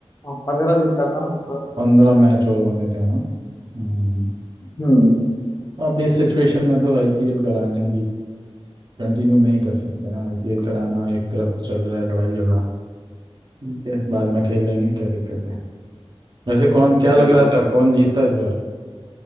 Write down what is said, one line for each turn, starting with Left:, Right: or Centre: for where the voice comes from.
Left: पंद्रह दिन का था मतलब
Right: पंद्रह मैच और होने थे ना हम्म,
Left: हम्म
Right: अब इस सिचुएशन में तो आईपीएल कराने अभी कंटिन्यू नहीं कर सकते ना आईपीएल कराना एक तरफ चल रहा है लड़ाई झगड़ा ठीक है बाद में खेल लेंगे क्या दिक्कत है वैसे कौन क्या
Left: सही
Right: लग रहा
Left: बात
Right: था
Left: है
Right: कौन जीतता इस बार